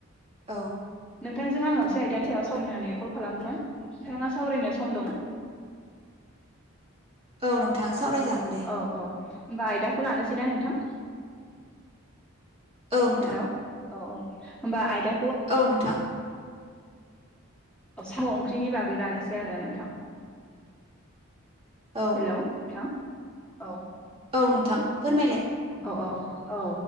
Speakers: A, on the right (about 25°); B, in the centre.
A: औ
B: नोंथांजों आं मोनसे आयदानि सायाव सावरायनानै कल खालामदोंमोन। नोंथाङा सावरायनो सम दंना?
A: <inaudible> औ नोंथां ।सावरायजागोन दे।
B: औ औ होमबा आयदाखौ लानोसैना नोंथां?
A: औ नोंथां
B: हेल' औ औ होमबा आयदा
A: औ नोंथां
B: औ साम' ओंख्रिनि बागै लानोसै आरोना नोंथां।
A: औ
B: हेलौ नोंथां? औ
A: औ नोंथां फोरमायलाय
B: औ औ औ